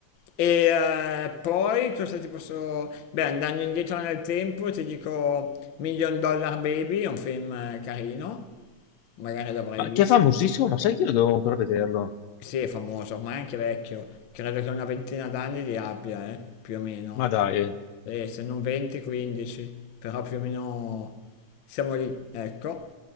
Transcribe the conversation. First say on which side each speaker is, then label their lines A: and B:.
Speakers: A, on the left; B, on the left.
A: E eh, poi cosa ti posso... Beh, andando indietro nel tempo ti dico Million Dollar Baby, è un film eh, carino, magari l'avrai
B: Ma
A: visto.
B: che fa famosissimo, ma sai che io devo ancora vederlo?
A: Sì, è famoso, ma è anche vecchio. Credo che una ventina d'anni li abbia, eh, più o meno.
B: Ma dai,
A: E se non 20, 15, però più o meno siamo lì, ecco.